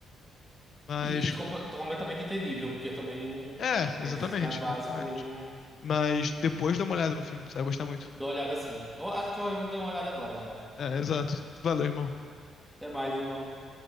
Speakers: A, on the left; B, in the centre.
A: Mas.
B: E, e compa- completamente entendível, porque eu também.
A: É,
B: Esses
A: exatamente,
B: mais básicos
A: exatamente.
B: também não
A: Mas depois dá uma olhada no filme, você vai gostar muito.
B: dou uma olhada assim. Eu acho que eu vou dar uma olhada agora já.
A: É, exato. Valeu, irmão.
B: Até mais, irmão.